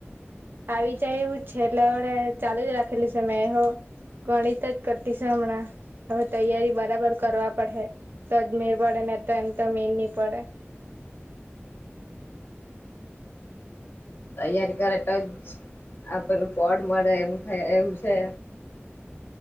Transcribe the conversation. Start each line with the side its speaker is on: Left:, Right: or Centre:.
Right: આવી જાય હું છેલા વડે ચાલુ જ રાખી સમ મે હો ગણિત જ કટી શમણા હવે તૈયારી બરાબર કરવા પડે તો જ મે પડે ને તો એમ તો મેર નહી પડે <inaudible>
Left: તૈયારી કરે તો જ આપેલું પડ મળે એમ થાય એવું છે